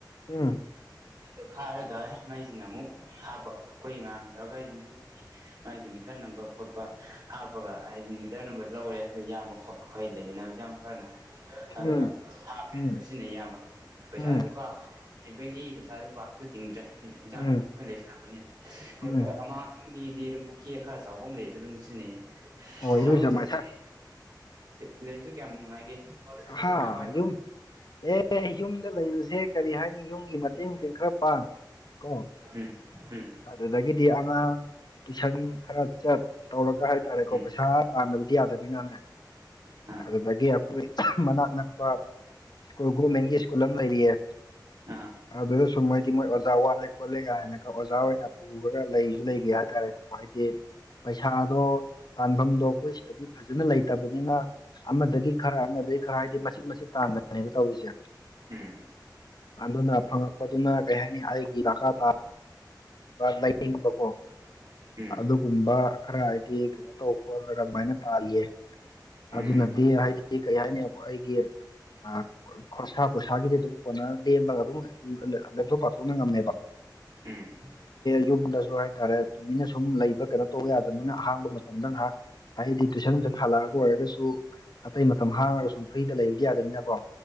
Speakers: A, on the left (about 65°); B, on the right (about 60°).
A: ꯎꯝ
B: ꯑꯗꯨ ꯈꯥꯏꯔꯒ ꯃꯩꯁꯤꯅ ꯑꯃꯨꯛ ꯍꯥꯞꯄ ꯑꯩꯈꯣꯏ ꯃꯌꯥꯝ ꯇꯧꯔꯒꯕꯨ
A: <unintelligible>
B: ꯃꯥꯒꯤ ꯃꯤꯇꯔ ꯅꯝꯕꯔ ꯈꯣꯠꯄ ꯍꯥꯞꯄꯒ ꯍꯥꯏꯗꯤ ꯃꯤꯇꯔ ꯅꯝꯕꯔ ꯂꯧꯔꯦ ꯍꯥꯏ ꯌꯥꯝꯕ ꯑꯩꯈꯣꯏ ꯂꯩꯃꯤꯟꯅꯕ ꯏꯌꯥꯝꯕ ꯈꯔꯅ
A: ꯎꯝ
B: ꯑꯗꯨꯒ ꯍꯥꯞꯄꯦ ꯑꯗꯨꯒ
A: ꯎꯝ
B: ꯁꯤꯖꯤꯟꯅꯩ ꯏꯌꯥꯝꯕ ꯍꯥꯏꯗꯤ ꯄꯩꯁꯥꯁꯨ
A: ꯎꯝ
B: ꯄꯥꯛ ꯍꯩꯕꯒꯤ ꯄꯩꯁꯥꯁꯨ ꯄꯥꯛꯁꯨ ꯇꯤꯡꯗ꯭ꯔꯦ ꯏꯟꯖꯥꯡ
A: ꯎꯝ
B: ꯅꯥꯄꯤ ꯑꯩꯈꯣꯏꯅ ꯂꯩꯖꯔꯛꯄꯅꯤꯅ
A: ꯎꯝ
B: ꯍꯥꯡ ꯤꯡꯒꯤꯗꯤ ꯑꯗꯨꯝ ꯄꯨꯈ꯭ꯔꯤꯒ ꯈꯔ ꯆꯥꯎꯕ ꯑꯃ ꯂꯩ ꯑꯗꯨ ꯑꯗꯨꯝ ꯁꯤꯖꯤꯟꯅꯩ
A: ꯍꯣꯏ ꯏꯔꯨꯖ
B: ꯏꯌꯥꯝꯕ ꯆꯖꯤ
A: ꯃꯥꯏꯊ
B: ꯂꯩꯕꯁꯨ ꯀꯌꯥꯝ ꯅꯨꯡꯉꯥꯏꯒꯦ
A: ꯑꯍꯥ
B: ꯀꯃꯥꯏ ꯀꯃꯥꯏꯅ ꯇꯧꯔꯤ
A: ꯌꯨꯝ ꯑꯦ ꯌꯨꯝꯗ ꯂꯩꯔꯨꯁꯦ ꯀꯔꯤ ꯍꯥꯏꯅꯤ ꯌꯨꯝꯒꯤ ꯃꯇꯦꯡ ꯃꯇꯦꯡ ꯈꯔ ꯄꯥꯡ ꯀꯣ
B: ꯎꯝ ꯎꯝ
A: ꯑꯗꯨꯗꯗꯒꯤꯦꯗꯤ ꯑꯉꯥꯡ ꯇꯨꯏꯁꯟ ꯈꯔ ꯆꯠ ꯇꯧꯔꯒ ꯍꯥꯏꯇꯥꯔꯦꯀꯣ
B: ꯎꯝ
A: ꯄꯩꯁꯥ ꯇꯥꯟꯗꯕꯗꯤ ꯌꯥꯗꯅꯤꯅꯅꯦ
B: ꯑꯥ
A: ꯑꯗꯨꯗꯒꯤ ꯑꯩꯈꯣꯏ ꯃꯅꯥꯛ ꯅꯛꯄ ꯁꯀꯨꯜ ꯒꯣꯔꯃꯦꯟꯒꯤ ꯁ꯭ꯀꯨꯜ ꯑꯃ ꯂꯩꯔꯤꯑ
B: ꯑꯥ
A: ꯑꯗꯨꯗ ꯁꯨꯝꯃꯣꯏꯗꯤ ꯃꯣꯏ ꯋꯥꯦꯣꯂꯒ ꯍꯥꯏꯅ ꯑꯣꯖꯥ ꯑꯣꯏꯅ ꯄꯨꯔꯒ ꯂꯩꯁꯨ ꯂꯩꯒꯦ ꯍꯥꯏꯇꯥꯔꯦ ꯍꯥꯏꯗꯤ ꯄꯩꯁꯥ ꯑꯗꯣ ꯇꯥꯟꯐꯝꯗꯣ ꯑꯩꯈꯣꯏ ꯁꯤꯗꯗꯤ ꯐꯖꯅ ꯂꯩꯇꯕꯅꯤꯅ ꯑꯃꯗꯒꯤ ꯈꯔ ꯑꯃꯗꯒꯤ ꯈꯔ ꯍꯥꯏꯗꯤ ꯃꯆꯤꯠ ꯃꯆꯤꯠ ꯇꯥꯟꯗꯅꯦꯕ ꯇꯧꯔꯤꯁꯦ
B: ꯎꯝ
A: ꯑꯗꯨꯅ ꯐꯪꯉꯛꯄꯗꯨꯅ ꯀꯩ ꯍꯥꯏꯅꯤ ꯑꯩꯒꯤ ꯗꯀꯥ ꯇꯥ ꯂꯕꯣ
B: ꯑꯥ ꯎꯝ ꯎꯝ
A: ꯑꯗꯨꯒꯨꯝꯕ ꯈꯔ ꯍꯥꯏꯗꯤ ꯀꯩꯅꯣ ꯇꯧ ꯈꯣꯠꯂꯒ ꯑꯗꯨꯃꯥꯏꯅ ꯇꯥꯜꯂꯤꯌꯦ
B: ꯎꯝ
A: ꯑꯗꯨꯅꯗꯤ
B: ꯎꯝ ꯎꯝ ꯎꯝ ꯎꯝ
A: ꯍꯥꯏꯗꯤ ꯀꯩ ꯍꯥꯏꯅꯤ ꯑꯩꯒꯤ ꯈꯣꯔꯁꯥ ꯄꯨꯠ ꯏꯁꯥꯒꯤꯗꯤ ꯑꯗꯨꯝ ꯀꯣꯟꯅ ꯂꯦꯝꯃꯒ ꯑꯗꯨꯝ ꯂꯦꯝꯊꯣꯛ ꯄꯥꯊꯣꯛꯅ ꯉꯝꯃꯦꯕ
B: ꯎꯝ
A: ꯌꯨꯝꯗꯁꯨ ꯍꯥꯏꯇꯥꯔꯦ ꯇꯨꯃꯤꯅ ꯁꯨꯝ ꯂꯩꯕ ꯀꯩꯅꯣ ꯇꯧ ꯌꯥꯗꯕꯅꯤꯅ ꯑꯍꯥꯡꯕ ꯃꯇꯝꯗ ꯉꯥꯏꯍꯥꯛ ꯍꯥꯏꯗꯤ ꯇꯨꯏꯁꯟ ꯇꯨꯏꯁꯟ ꯍꯜꯂꯛꯑꯒ ꯑꯣꯏꯔꯒꯁꯨ ꯑꯇꯩ ꯃꯇꯝ ꯍꯥꯡꯉꯒ ꯁꯨꯝ ꯐ꯭ꯔꯤꯗ ꯂꯩꯕꯗꯤ ꯌꯥꯗꯅꯤꯅ ꯀꯣ